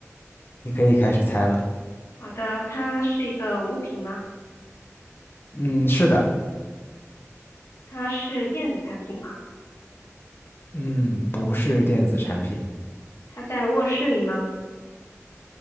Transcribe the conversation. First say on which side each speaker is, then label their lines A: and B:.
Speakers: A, on the left; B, on the left.
A: 你可以开始猜了。
B: 好的，它是一个物品吗？
A: 嗯，是的，
B: 它是电子产品吗？
A: 嗯，不是电子产品，
B: 它在卧室里吗？